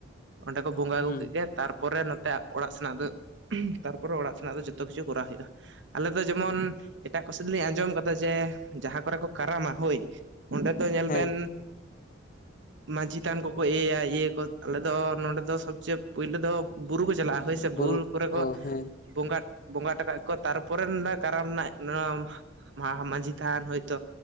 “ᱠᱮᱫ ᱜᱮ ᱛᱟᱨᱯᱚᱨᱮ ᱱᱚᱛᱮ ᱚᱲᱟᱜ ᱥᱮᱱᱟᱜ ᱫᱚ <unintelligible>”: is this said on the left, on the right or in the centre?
Right